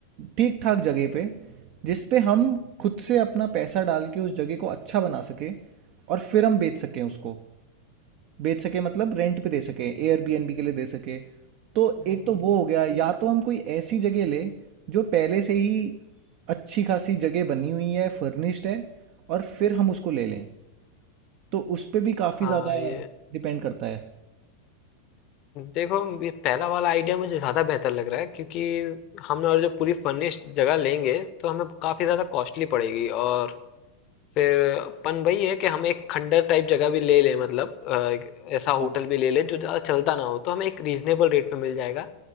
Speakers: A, on the right; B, on the left.
A: ठीक ठाक जगह पे जिस पे हम खुद से अपना पैसा डाल के उस जगह को अच्छा बना सके और फिर हम बेच सकें उसको बेच सके मतलब रेंट पे दे सके एयरबीएनबी के लिए दे सके तो
B: हम्म,
A: एक तो वो हो गया या तो हम कोई ऐसी जगह ले जो पहले से ही अच्छी खासी जगह बनी हुई है फर्निश्ड है और फिर हम उसको ले लें तो उस पे भी काफ़ी
B: हाँ
A: ज़्यादा
B: ये
A: डिपेंड करता है
B: देखो ये पहला वाला आइडिया मुझे ज़्यादा बेहतर लग रहा है क्योंकि हम और जो पूरी फर्निश्ड जगह लेंगे तो हमें काफ़ी ज़्यादा कॉस्टली पड़ेगी और फिर अपन वही है कि हम एक खंडर टाइप जगह भी ले लें मतलब अ, एक ऐसा
A: हाँ
B: होटल भी ले लें जो ज़्यादा चलता ना हो तो हमें एक रीजनेबल रेट पे मिल जाएगा